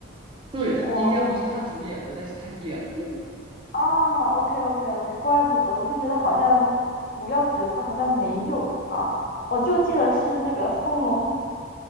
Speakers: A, on the right; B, on the left.
A: 对，他应该不是他主演的，
B: 我我我
A: 但是他演过。
B: 啊，OK OK OK，怪不得，我就觉得好像主要角色好像没有她，我就记得是那个松隆